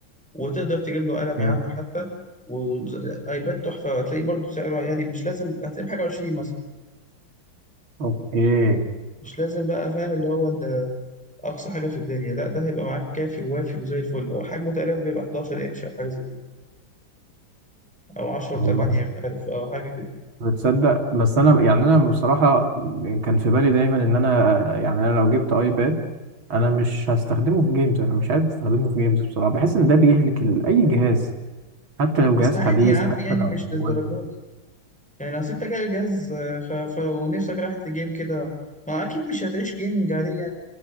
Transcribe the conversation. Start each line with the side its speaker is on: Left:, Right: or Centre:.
Centre: وتقدر تجيب له قلم يا
Right: اوكي
Centre: عم حتى وايباد تحفه وهتلاقيه برضو سعره يعني مش لازم هتلاقيه بحاجه 20 مثلا
Right: اوكي
Centre: مش لازم بقى فاهم اللي هو ال- اقصى حاجه في الدنيا لا ده هيبقى معاك كافي ووافي وزي الفل هو حجمه تقريبا بيبقى 11 انش او حاجه زي كده او 10
Right: والله
Centre: و8 مش عارف او حاجه كده
Right: بتصدق بس انا يعني انا بصراحة كان في بالي دايما ان انا آه، يعني انا لو جبت ايباد انا مش هستخدمه في جيمز انا مش عايز استخدمه في جيمز بصراحة بحس ان ده بيهلك ال- اي جهاز حتى لو جهاز
Centre: بس عادي
Right: حديث
Centre: يا عم
Right: حتى
Centre: يعني
Right: لو
Centre: مش
Right: موبايل
Centre: للدرجات
Right: <laughs>
Centre: دي. يعني اصل انت جايب جهاز آه، ف... فلو نفسك راحت لجيم كده ما اكيد مش هتعيش جيمنج عليه يعني